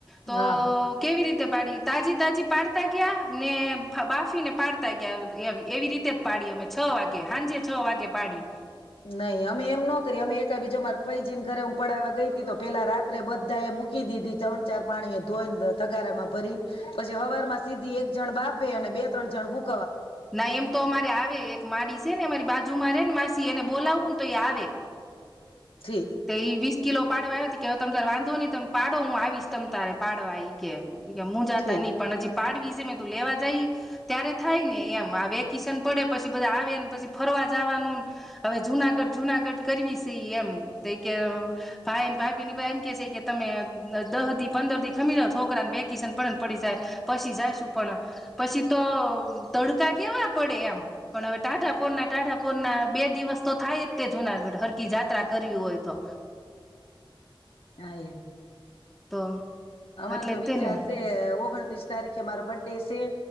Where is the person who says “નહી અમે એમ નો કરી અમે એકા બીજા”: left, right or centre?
Left